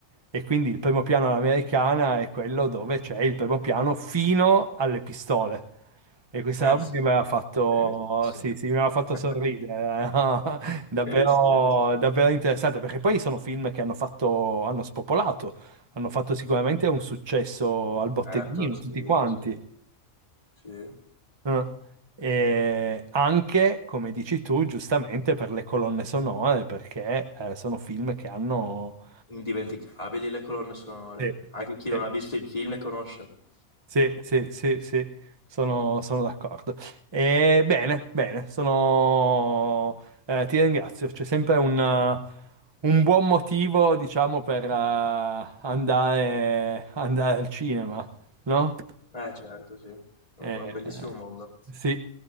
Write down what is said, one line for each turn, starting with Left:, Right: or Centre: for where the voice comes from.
Right: E quindi il primo piano all'americana è quello dove c'è il primo piano fino alle pistole. E questa
Left: Eh
Right: roba
Left: sì,
Right: che mi aveva fatto,
Left: sì, sì.
Right: sì, sì, mi aveva fatto
Left: <laughs>
Right: sorridere, <laughs> no? Davvero,
Left: Sì, sì, sì.
Right: davvero interessante, perché poi sono film che hanno fatto, hanno spopolato, hanno fatto sicuramente un successo al botteghino,
Left: Certo, sì,
Right: tutti quanti.
Left: sì, sì.
Right: Eh. E anche, come dici tu, giustamente per le colonne sonore, perché eh, sono film che hanno...
Left: Indimenticabili le colonne sonore,
Right: Sì.
Left: anche chi non
Right: sì.
Left: ha visto il film le conosce.
Right: Sì, sì, sì, sì, sono, sono d'accordo. E bene, bene, sono... eh, ti ringrazio. C'è sempre un, eh, un buon motivo, diciamo, per eh, andare, andare al cinema, no?
Left: Eh certo, sì, è un,
Right: Eh,
Left: è un bellissimo
Right: eh,
Left: mondo.
Right: sì,